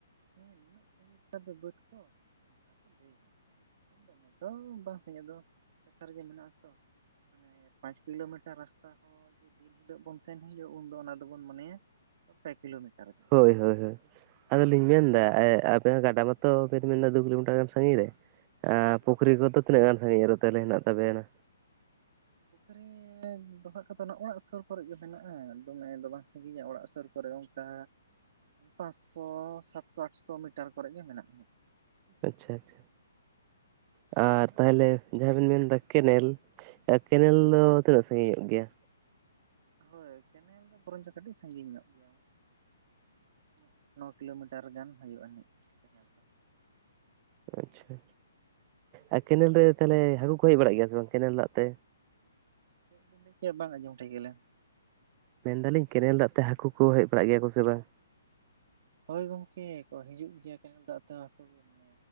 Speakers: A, on the right (about 50°); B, on the right (about 30°).
A: ᱦᱮᱸ ᱱᱟᱹᱜ ᱥᱟᱹᱜᱤᱧ ᱛᱟᱯᱮ ᱵᱟᱫᱹᱫ ᱠᱚ, ᱚᱱᱠᱟ ᱠᱚ ᱞᱟᱹᱭᱟ᱾ ᱫᱚᱢᱮ ᱫᱚ ᱵᱟᱝ ᱥᱟᱜᱤᱧᱟ, ᱟᱫᱚ ᱠᱟᱛᱷᱟ ᱨᱮᱜᱮ ᱢᱮᱱᱟᱜ ᱟᱛᱚ ᱢᱟᱱᱮ ᱯᱟᱸᱪ ᱠᱤᱞᱳᱢᱤᱴᱟᱨ ᱨᱟᱥᱛᱟ ᱦᱚᱸ, ᱫᱤᱱ ᱦᱤᱞᱳᱜ ᱵᱚᱱ ᱥᱮᱱ ᱦᱤᱡᱼᱟ ᱩᱱᱫᱚ, ᱚᱱᱟ ᱫᱚᱵᱚᱱ ᱢᱚᱱᱮᱭᱟ ᱯᱮ ᱠᱤᱞᱳᱢᱤᱴᱟᱨ ᱜᱟᱱ
B: ᱦᱳᱭ, ᱦᱳᱭ, ᱦᱳᱭ᱾ ᱟᱫᱚᱞᱤᱧ
A: ᱦᱳᱭ
B: ᱢᱮᱱ ᱫᱟ, ᱟᱯᱮ ᱦᱚᱸ ᱜᱟᱰᱟ ᱢᱟᱛᱚ ᱵᱮᱱ ᱢᱮᱱᱫᱟ ᱫᱩ ᱠᱤᱞᱳᱢᱤᱴᱟᱨ ᱜᱟᱱ ᱥᱟᱺᱜᱤᱧ ᱨᱮ ᱮ
A: ᱦᱮᱸ ᱦᱮᱸ
B: ᱯᱩᱠᱷᱨᱤ ᱠᱚᱫᱚ, ᱛᱤᱱᱟᱹ ᱜᱟᱱ ᱥᱟᱺᱜᱤᱧ ᱨᱮ ᱛᱟᱦᱚᱞᱮ ᱦᱮᱱᱟᱜ ᱛᱟᱵᱮᱱᱟ?
A: ᱯᱩᱠᱷᱨᱤ ᱰᱚᱵᱷᱟᱜ ᱠᱚᱫᱚ, ᱚᱲᱟᱜ ᱥᱳᱨ ᱠᱚᱨᱮ ᱜᱮ ᱢᱮᱱᱟᱜᱼᱟ, ᱫᱚᱢᱮ ᱫᱚ ᱵᱟᱝ ᱥᱟᱺᱜᱤᱧᱟ ᱚᱲᱟᱜ ᱥᱳᱨ ᱠᱚᱨᱮ᱾ ᱚᱱᱠᱟ ᱯᱟᱸᱥᱥᱚ, ᱥᱟᱛᱥᱚ, ᱟᱴᱥᱚ, ᱢᱤᱴᱟᱨ ᱠᱚᱨᱮ ᱜᱮ ᱢᱮᱱᱟᱜ᱾
B: ᱟᱪᱪᱷᱟ ᱟᱪᱪᱷᱟ᱾ ᱟᱨ ᱛᱟᱦᱚᱞᱮ
A: <unintelligible>
B: ᱡᱟᱦᱟᱸ ᱵᱤᱱ ᱢᱮᱱ ᱫᱟ ᱠᱮᱱᱮᱞ, ᱠᱮᱱᱮᱞ
A: ᱦᱳᱭ
B: ᱫᱚ ᱛᱤᱱᱟᱹᱜ ᱥᱟᱺᱜᱤᱧ ᱧᱚᱜ ᱜᱮᱭᱟ?
A: ᱦᱳᱭ ᱠᱮᱱᱮᱞ ᱫᱚ, ᱵᱚᱨᱚᱧᱪᱚ ᱠᱟᱹᱴᱤᱡ ᱥᱟᱺᱜᱤᱧ ᱧᱚᱜ ᱜᱮᱭᱟ᱾ ᱮᱻ ᱱᱚ ᱠᱤᱞᱳᱢᱤᱴᱟᱨ ᱜᱟᱱ ᱦᱳᱭᱳᱜᱼᱟ ᱡᱟᱹᱱᱤᱡ ᱠᱮᱱᱮᱞ ᱫᱚ᱾
B: ᱟᱪᱪᱷᱟ, ᱟᱪᱪᱷᱟ᱾ ᱟᱨ ᱠᱮᱱᱮᱞ ᱨᱮ ᱛᱟᱦᱚᱞᱮ, ᱦᱟᱹᱠᱳ ᱠᱚ ᱦᱮᱡ ᱵᱟᱲᱟᱜ ᱜᱮᱭᱟ ᱥᱮ ᱵᱟᱝ ᱠᱮᱱᱮᱞ ᱫᱟᱜ ᱛᱮ?
A: ᱪᱮᱫ ᱵᱤᱱ ᱞᱟᱹᱭ ᱠᱮᱭᱟ ᱵᱟᱝ ᱟᱡᱚᱢ ᱴᱷᱤᱠᱞᱮᱱ?
B: ᱢᱮᱱᱫᱟᱞᱤᱧ ᱠᱮᱱᱮᱞ ᱫᱟᱜ ᱛᱮ ᱦᱟᱠᱳ ᱠᱚ, ᱦᱮᱡ ᱵᱟᱲᱟᱜ ᱜᱮᱭᱟ ᱠᱚ ᱥᱮ ᱵᱟᱝ?
A: ᱦᱳᱭ ᱜᱚᱝᱠᱮ ᱠᱚ ᱦᱤᱡᱩᱜ ᱜᱮᱭᱟ, ᱠᱮᱱᱮᱞ ᱫᱟᱜ ᱛᱮ ᱦᱟᱹᱠᱳ ᱜᱮ ᱢᱟᱱᱮ